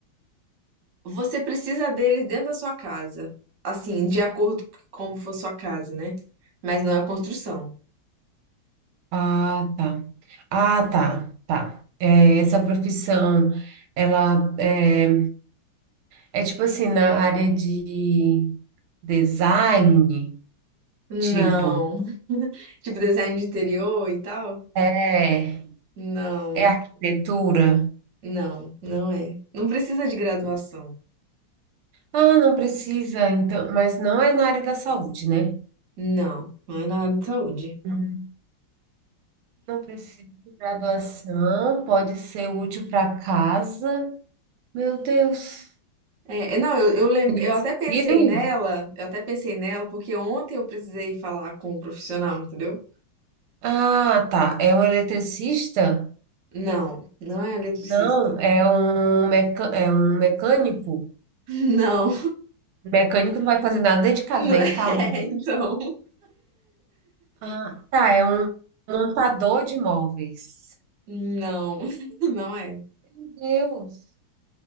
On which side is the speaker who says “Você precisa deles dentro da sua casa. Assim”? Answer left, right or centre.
Right